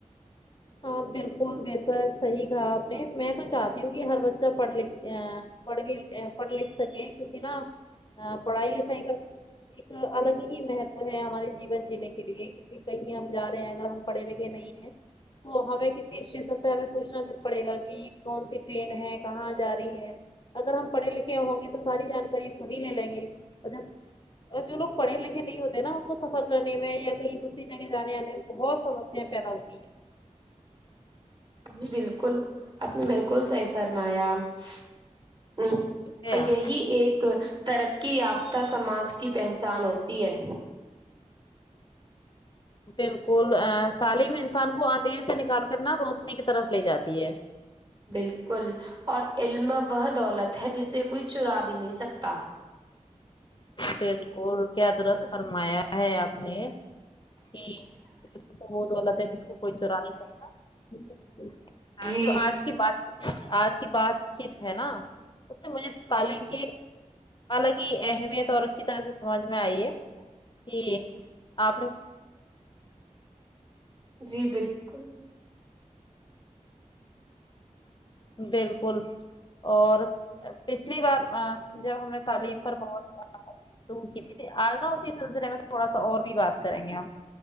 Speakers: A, on the left (about 40°); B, on the right (about 40°).
A: ہاں بالکل بے شک صحیح کہا آپ نے میں تو چاہتی ہوں کی ہر بچہ پڑھ لکھ پڑھ لکھ ا پڑھ لکھ سکے کیونکی نہ پڑھائی لکھائی کا ایک الگ ہی میہتوا ہمارے جوان جینے کے لیے کیونکی کہیں ہم جارہے ہیں اگر ہم پڑھے لکھے نہیں ہے تو ہمیں کسی <unintelligible> پوچھنا پڑے گا کی کون سی ٹرین ہے کہاں جا رہی ہے اگر ہم پڑھے لکھے ہوں گے تو ساری جانکاری خود ہی لے لیں گے اور جب اور جو لوگ پڑے لکھے نہیں ہوتے نا ان کو سفر کرنے میں یا کہیں دوسری جگہ جانے آنے میں بہت سمسیہ پیدا ہوتی ہیں
B: جی بالکل آپ نے بالکل صحیح فرمایا آمم
A: کیا
B: اور یہی ایک ترقی یافتہ سماج کی پہچان ہوتی ہے
A: بالکل تعلیم انسان کو اندھرے سے نکال کرنا روشنی کی طرف لے جاتی ہے
B: بالکل اور علم وہ دولت ہے جسے کوئی چرا بھی نہیں سکتا
A: بالکل کیا درست فرمایا ہے آپ نے کہ علم تو وہ دولت ہے جس کو کوئی چورا نہیں سکتا
B: جی
A: جو آج آج کی بات چیت ہے نا اس سے مجھے تعلیم کی الگ ہی اہمیت اور اچھی طرح سے سمجھ میں آئی ہے جی آپ نے
B: جی بالکل
A: بالکل اور پچھلی بار جب ہم نے تعلیم پر بہتا تو تھی آج نہ اسی سلسلے میں تھوڑا سا اور بھی بات کریں گے آپ